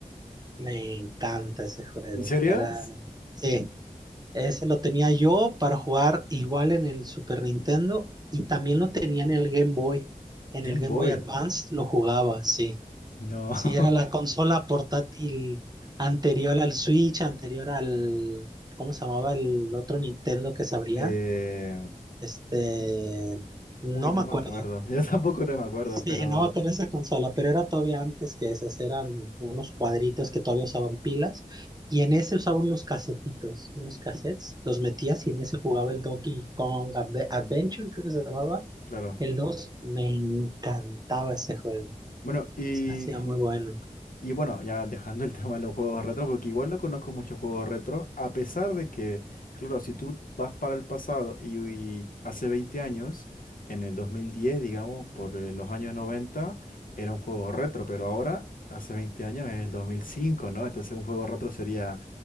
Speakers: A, on the right (about 30°); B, on the left (about 75°).
A: Me encanta ese juego.
B: ¿En serio?
A: Era,
B: S-
A: sí, ese lo tenía yo para jugar igual en el Super Nintendo y también lo tenía en el Game Boy. En
B: Game
A: el Game
B: Boy.
A: Boy Advance lo jugaba, sí.
B: No.
A: Sí,
B: <laughs>
A: era la consola portátil anterior al Switch, anterior al, ¿cómo se llamaba el otro Nintendo que se abría?
B: Eh,
A: Este, no
B: uy, no
A: me acuerdo.
B: me acuerdo. <laughs> Yo tampoco no me acuerdo,
A: <laughs> Sí,
B: pero
A: no me acuerdo esa consola, pero era todavía antes que esas, eran unos cuadritos que todavía usaban pilas. Y en ese usaban unos casetitos, unos cassettes, los metías y en ese jugaba el Donkey Kong Adve- Adventure, creo que se llamaba,
B: claro.
A: el dos Me encantaba ese juego,
B: Bueno, y
A: se me hacía muy bueno.
B: Y bueno, ya dejando el <laughs> tema de los juegos retro, porque igual no conozco muchos juegos retro, a pesar de que, claro, si tú vas para el pasado y, y hace 20 años, en el 2010 digamos, por eh, los años 90 era un juego retro, pero ahora, hace 20 años, es el dos mil cinco ¿no? Entonces un juego retro sería